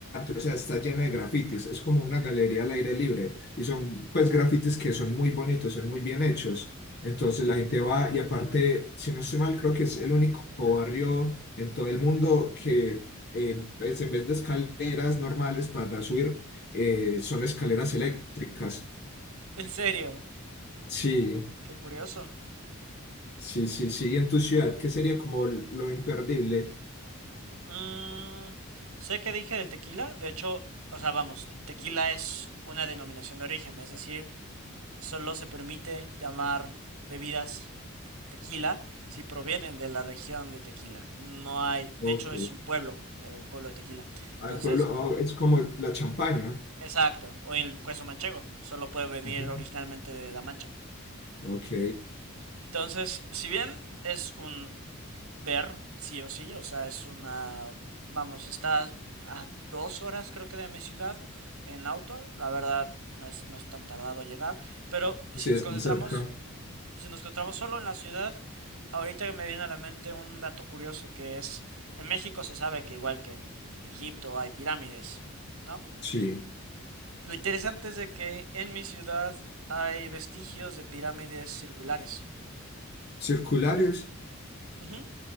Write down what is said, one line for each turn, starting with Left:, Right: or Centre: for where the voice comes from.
Left: o sea, está llena de grafitis, es como una galería al aire libre y son pues grafitis que son muy bonitos, son muy bien hechos. Entonces la gente va y aparte, si no estoy mal, creo que es el único barrio en todo el mundo que eh, pues, en vez de escaleras normales para subir, eh, son escaleras eléctricas.
Right: En serio,
Left: Sí,
Right: qué curioso.
Left: sí, sí, sí. ¿Y en tu ciudad, ¿qué sería como lo imperdible?
Right: Mm, sé que dije del tequila, de hecho, o sea, vamos, tequila es una denominación de origen, es decir, solo se permite llamar bebidas tequila si provienen de la región de Tequila. No hay, de
Left: Ok.
Right: hecho, es un pueblo, el pueblo de Tequila.
Left: Al
Right: Entonces,
Left: pueblo, oh, es como la champaña.
Right: exacto, o el queso manchego, solo puede venir
Left: Ujú.
Right: originalmente de La Mancha.
Left: Ok,
Right: Entonces, si bien es un ver, sí o sí, o sea, es una, vamos, está a dos horas creo que de mi ciudad en auto, la verdad no es, no es tan tardado llegar, pero si
Left: sí,
Right: nos
Left: están
Right: concentramos,
Left: cerca.
Right: si nos concentramos solo en la ciudad, ahorita que me viene a la mente un dato curioso que es, en México se sabe que igual que en Egipto hay pirámides, ¿no?
Left: Sí.
Right: Lo interesante es de que en mi ciudad hay vestigios de pirámides circulares.
Left: Circulares.
Right: Ujú.